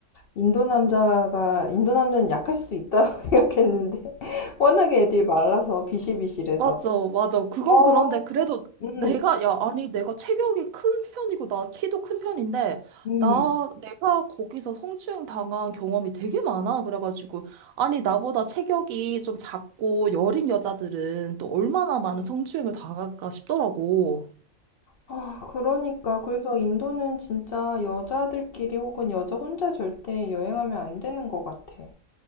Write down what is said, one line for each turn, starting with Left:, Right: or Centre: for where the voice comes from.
Left: 인도 남자가, 인도 남자는 약할 수도 있다라고 <laughs> 생각했는데, 워낙에 애들이 말라서, 비실비실해서.
Right: 맞아, 맞아. 그건
Left: 어,
Right: 그런데 그래도
Left: 응,
Right: 내가, 야, 아니, 내가 체격이 큰 편이고, 나 키도 큰 편인데,
Left: 응.
Right: 나, 내가 거기서 성추행 당한 경험이 되게 많아. 그래가지고, 아니, 나보다 체격이 좀 작고 여린 여자들은 또 얼마나 많은 성추행을 당할까 싶더라고.
Left: 아, 그러니까. 그래서 인도는 진짜 여자들끼리 혹은 여자 혼자 절대 여행하면 안 되는 것 같아.